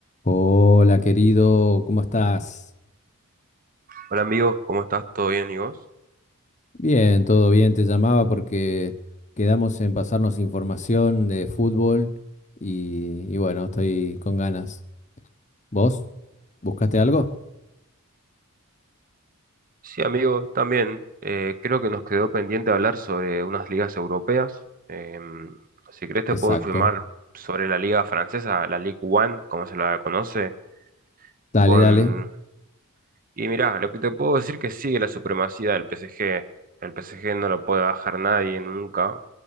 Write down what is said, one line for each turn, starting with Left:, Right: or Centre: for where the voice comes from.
Left: Hola querido, ¿cómo estás?
Right: Hola amigo, ¿cómo estás? ¿Todo bien? ¿Y vos?
Left: Bien, todo bien, te llamaba porque quedamos en pasarnos información de fútbol y, y bueno, estoy con ganas. ¿Vos? ¿Buscaste algo?
Right: Sí, amigo, también. eh, creo que nos quedó pendiente hablar sobre unas ligas europeas. Em, si querés te
Left: Exacto.
Right: puedo informar sobre la liga francesa, la Ligue 1, como se la conoce,
Left: Dale,
Right: con...
Left: dale.
Right: Y mirá, lo que te puedo decir que sigue la supremacía del PSG. El PSG no lo puede bajar nadie nunca.